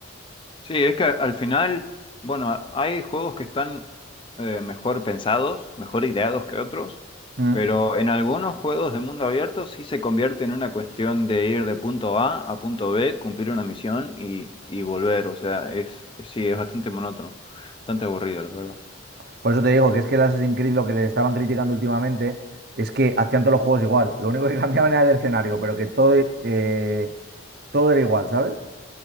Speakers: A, on the left; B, on the right.
A: Sí, es que al final, bueno, a- hay juegos que están eh, mejor pensados, mejor ideados que otros,
B: Mm.
A: pero en algunos juegos de mundo abierto sí se convierte en una cuestión de ir de punto A a punto B, cumplir una misión y, y volver. O sea, es, sí, es bastante monótono, bastante aburrido, la verdad.
B: Por eso te digo que es que el Assassin's Creed lo que le estaban criticando últimamente es que hacían todos los juegos igual. Lo único que <laughs> cambiaban era el escenario, pero que todo... eh, todo era igual, ¿sabes?